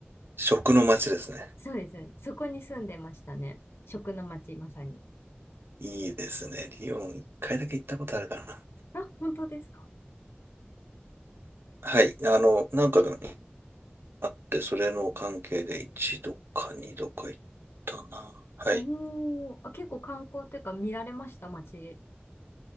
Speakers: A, on the right (about 65°); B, on the left (about 65°).
A: 食の街ですね。
B: そうです。そこに住んでましたね。食の街、まさに。
A: いいですね。リヨン一回だけ行ったことあるかな。
B: あ、本当ですか。
A: はい。あの、なんかのあって、それの関係で一度か二度か行ったな。はい。
B: おー、あ、結構観光っていうか見られました、街。